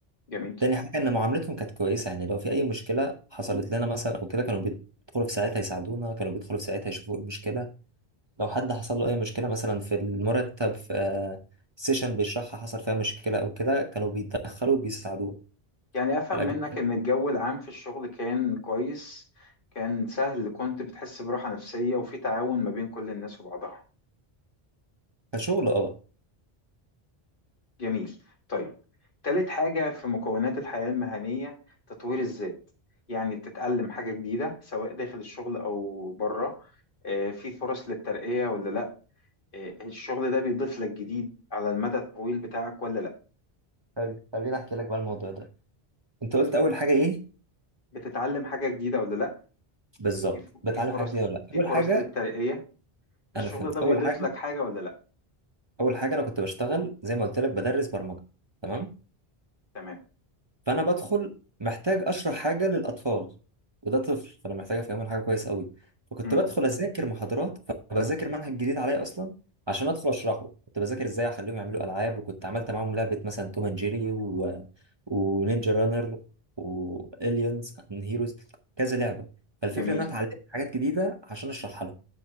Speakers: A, on the left; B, on the right.
A: جميل
B: تاني حاجه ان معاملتهم كانت كويسه يعني لو في اي مشكله حصلت لنا مثلا او كده كانوا بيدخلوا في ساعتها يساعدونا كانوا بيدخلوا في ساعتها يشوفوا ايه المشكله لو حد حصل له اي مشكله مثلا في المرتب في آه، سيشن بيشرحها حصل فيها مشكله او كده كانوا بيتدخلوا وبيساعدوه
A: يعني افهم
B: فالاجواء
A: منك ان الجو العام في الشغل كان كويس كان سهل كنت بتحس براحة نفسية وفي تعاون ما بين كل الناس وبعضها
B: كشغل اه
A: جميل طيب تالت حاجة في مكونات الحياة المهنية تطوير الذات يعني بتتعلم حاجة جديدة سواء داخل الشغل أو بره آه، في فرص للترقية ولا لأ آه، الشغل ده بيضيف لك جديد على المدى الطويل بتاعك ولا لأ
B: حلو خليني احكي لك بقى الموضوع ده انت قلت اول حاجه ايه
A: بتتعلم حاجة جديدة ولا لأ
B: بالظبط
A: في ف-
B: بتعلم
A: في فرص
B: الحاجات دي ولا لا
A: في
B: اول
A: فرص
B: حاجه
A: للترقية الشغل
B: انا فهمت
A: ده بيضيف
B: اول حاجه
A: لك حاجة ولا لأ
B: اول حاجه انا كنت بشتغل زي ما قلت لك بدرس برمجه تمام
A: تمام
B: فانا بدخل محتاج اشرح حاجه للاطفال وده طفل فانا محتاج افهمه الحاجه كويس قوي فكنت
A: مم.
B: بدخل اذاكر محاضرات فبذاكر منهج جديد عليا اصلا عشان ادخل اشرحه كنت بذاكر ازاي اخليهم يعملوا العاب وكنت عملت معاهم لعبه مثلا توم اند جيري و... ونينجا رانر واليونز اند هيروز كذا لعبه فالفكره
A: جميل
B: ان انا اتعلمت حاجات جديده عشان اشرحها لهم